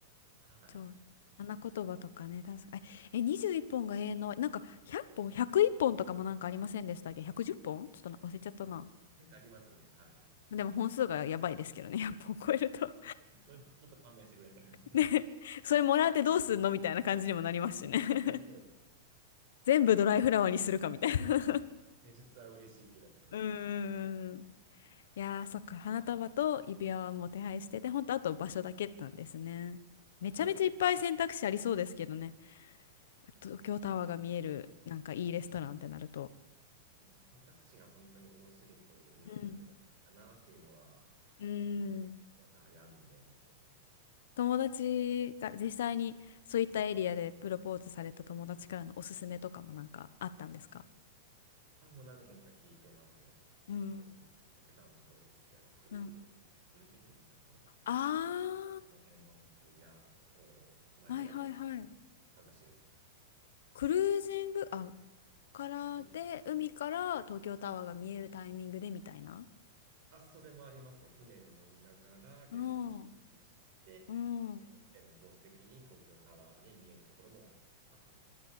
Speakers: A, on the right; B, on the left.
A: はい。
B: そう。花言葉とかね、確かに。え、え21本が永遠の、なんか100本、101本とかもなんかありませんでしたっけ ?110 本ちょっとな忘れちゃったな。
A: なんかありますね。はい。
B: でも本数がやばいですけどね、<laughs> 1 0本超えると。
A: それ、ちょっと勘弁してくれって話ね。
B: <laughs> ね、それもらってどうすんのみたいな感じにもなりますしね。<laughs>
A: <laughs> えっと
B: 全部ドライフラワーにするかみたいな。<laughs>
A: 演出は嬉しいけどって話で。
B: うーん。いやー、そっか、花束と指輪はもう手配してて、ほんとあと場所だけなんですね。めちゃめちゃいっぱい選択肢ありそうですけどね。
A: そうですね。
B: 東京タワーが見える、なんかいいレストランってなると。
A: まあ、選択肢が本当に多すぎて、どれを選べばいいのかなっていうのは、
B: うん。うー
A: ずっ
B: ん。
A: と悩んでますね。
B: 友達が実際にそういったエリアでプロポーズされた友達からのおすすめとかもなんかあったんですか
A: あ、もう何件か聞いてますね。
B: うん。
A: 本当に、僕タワーもそうですし、あの、クルー、
B: うん。
A: クルージングなんかの、
B: あ
A: 横浜とかの辺のクルーザーを前でやるとか、
B: あ、はいはいはい。
A: あるらしいですね。
B: クルージング、あ、からで、
A: クル
B: 海から東京タワーが見えるタイミングでみたいな。
A: あ、それもありますね。船に乗りながら、レストラン食事して、
B: うん、うん。
A: あの、船のコース的に東京タワーで見えるところもある。